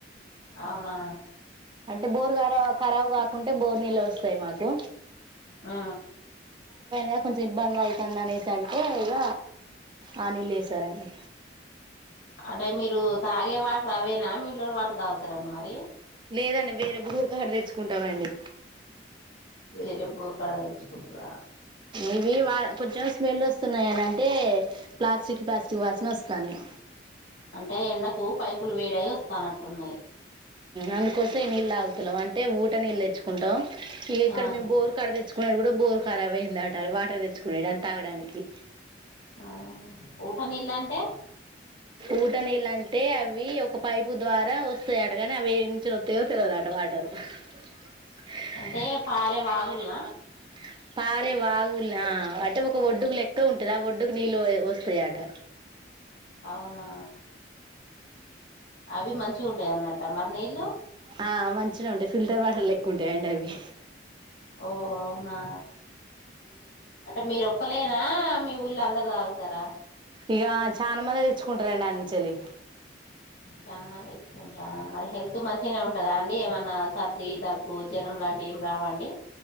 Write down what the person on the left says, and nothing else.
అవునా
ఆ
అంటే మీరు తాగే వాటర్ అవేనా మిన్లర్ వాటర్ తాగుతారండి మరి
వేరే బోర్ కడ తేచ్చుకుడురా
అంటే ఎండకు పైపులు వేడై వస్తానట్టున్నాయి.
ఆహా
ఆ ఊట నీళ్ళంటే
అంటే పారే వాగుల్నా
అవునా అవి మంచిగా ఉంటాయి అన్నట్ట మరి నీళ్లు
ఓ అవునా అంటే మీరు ఒక్కలేనా మీ ఊళ్ళ అందరు తాగుతారా
చానా మంది తెచ్చుకుంటారా మరి హెల్త్ మంచిగానే ఉంటదా అండి ఏమన్నా సర్ది, దగ్గు జ్వరం లాంటివి ఏం రావా అండి.